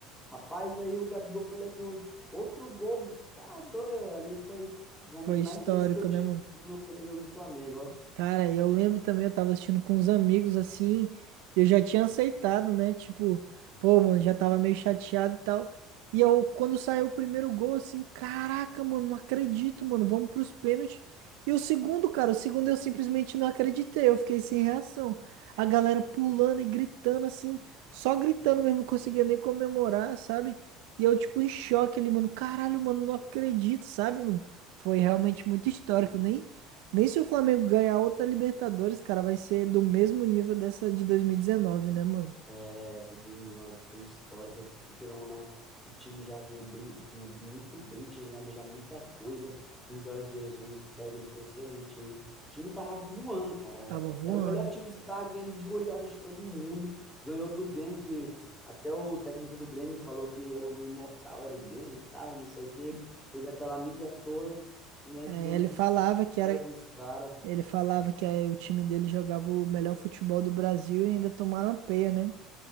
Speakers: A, in the centre; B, on the right.
A: Rapaz, aí o Gabigol foi lá e fez outro gol, bicho. Tá doido, ali foi um dos momentos
B: foi histórico,
A: mais felizes que eu tive
B: né, mano?
A: no, no jogo do Flamengo, ó.
B: Cara, eu lembro também, eu tava assistindo com uns amigos assim, e eu já tinha aceitado, né? Tipo, pô, mano, já tava meio chateado e tal. E eu, quando saiu o primeiro gol, assim, caraca, mano, não acredito, mano, vamos pros pênaltis. E o segundo, cara, o segundo eu simplesmente não acreditei, eu fiquei sem reação. A galera pulando e gritando, assim, só gritando mesmo, não conseguia nem comemorar, sabe? E eu, tipo, em choque ali, mano, caralho, mano, não acredito, sabe, mano? Foi realmente muito histórico, nem. Nem se o Flamengo ganhar outra Libertadores, cara, vai ser do mesmo nível dessa de 2019, né, mano?
A: É, essa de 2009 foi histórica, porque, querendo ou não, o time já vinha bem, vinha muito bem, tinha ganhado já muita coisa com o Jorge Jesus, um técnico excelente aí. O time tava voando, cara.
B: Tava voando.
A: Era o melhor time, que tava ganhando de goleada de todo mundo. Ganhou do Grêmio, que até o técnico do Grêmio falou que era o imortal, era o Grêmio e tal, e não sei o quê. Fez aquela mídia toda, e a gente
B: É,
A: ganhando
B: ele
A: de
B: falava
A: 5 a
B: que
A: 0
B: era,
A: dos caras.
B: ele falava que é, o time dele jogava o melhor futebol do Brasil e ainda tomaram a peia, né?